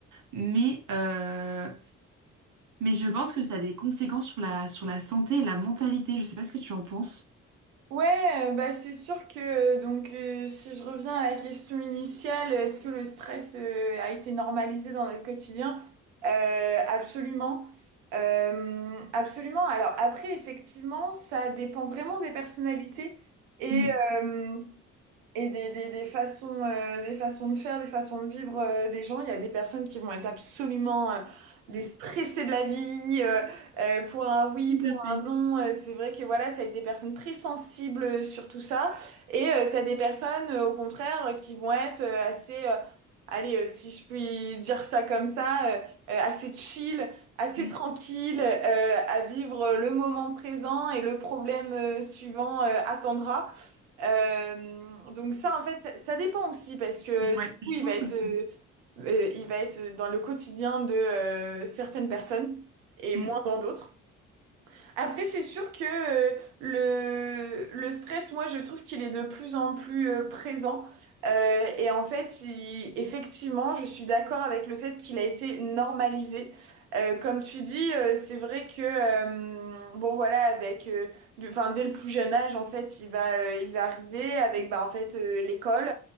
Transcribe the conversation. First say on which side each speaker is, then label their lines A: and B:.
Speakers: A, on the right (about 55°); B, on the right (about 80°).
A: Mais, euh, mais je pense que ça a des conséquences sur la, sur la santé et la mentalité. Je sais pas ce que tu en penses.
B: Ouais, euh, bah c'est sûr que euh, donc euh, si je reviens à la question initiale, est-ce que le stress euh, a été normalisé dans notre quotidien? Euh, absolument, Euh, absolument. Alors après, effectivement, ça dépend vraiment des personnalités et
A: Mm.
B: euh, Et des, des, des façons, euh, des façons de faire, des façons de vivre euh, des gens. Il y a des personnes qui vont être absolument euh, des
A: Mm.
B: stressés de la vie euh, euh, pour un oui,
A: Tout
B: pour
A: à fait.
B: un non. Euh, c'est vrai que voilà, ça va être des personnes très sensibles euh, sur tout ça. Et tu as des personnes, euh, au contraire, euh, qui vont être euh, assez, euh, allez, euh, si je puis dire ça comme ça, euh, euh, assez chill, assez
A: Mm.
B: tranquille, euh, à vivre euh, le moment présent et le problème euh, suivant euh, attendra. Euh, donc ça, en fait, ça, ça dépend aussi parce que
A: Ouais,
B: du coup,
A: je
B: il
A: pense
B: va être,
A: aussi.
B: euh, euh, il va être dans le quotidien de euh, certaines personnes et moins
A: Mm.
B: dans d'autres. Après, c'est sûr que euh, le, le stress, moi, je trouve qu'il est de plus en plus euh, présent. Euh, et en fait, il- effectivement, je suis d'accord avec le fait qu'il a été normalisé. Euh, comme tu dis, euh, c'est vrai que, euh, bon, voilà, avec, euh, du- enfin, dès le plus jeune âge, en fait, il va, euh, il va arriver avec, bah, en fait, euh, l'école,